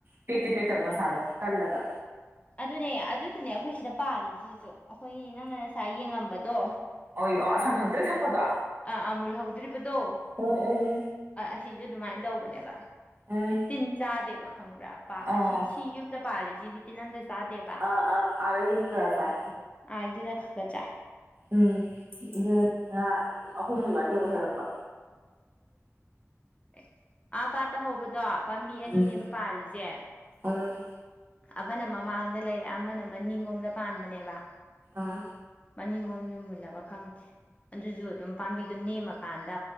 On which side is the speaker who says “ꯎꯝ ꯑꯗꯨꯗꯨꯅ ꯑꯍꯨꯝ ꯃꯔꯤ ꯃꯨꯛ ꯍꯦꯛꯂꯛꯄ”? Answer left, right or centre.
Right